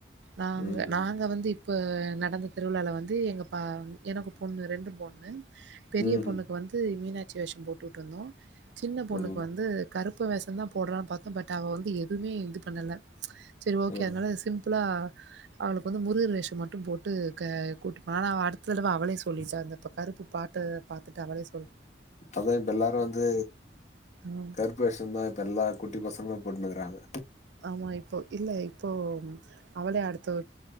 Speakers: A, on the right; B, on the left.
A: நாங்க
B: ம்.
A: நாங்க வந்து இப் இப்போ நடந்த திருவிழால வந்து எங்க பா எனக்கு பொண்ணு ரெண்டு பொண்ணு பெரிய
B: ம்.
A: பொண்ணுக்கு வந்து மீனாச் சி வேஷம் போட்டுட் உட்ருந்தோ சின்ன பொண்ணுக்கு
B: ம்.
A: வந்து கருப் பு வேஷந்தா போடுலான்னு பாத்தோ பட் அவ வந்து எதுமே இது பண்ணல சேர் ஓகே
B: ம்.
A: அதனால இத சிம்புளா அவளுக்கு வந்து முருகர் வேஷோ மட்டு போட்டு க கூட்டுபா ஆனா அவ அடுத்த தடவ அவளே சொல்லிட்டா அந்த இப்போ கருப்பு பாட்டு பாத்துட்டு அவளேஸ்
B: அதா இப்ப எல்லாரு அந் து
A: ம்
B: கருப்பு வேஷோந்தா இப்ப எல்லா குட்டி பசங்களு ளு போட்னு இருக்குறாங்க
A: ஆமா இப்போ இல்ல இப்போ அவளே அடுத்த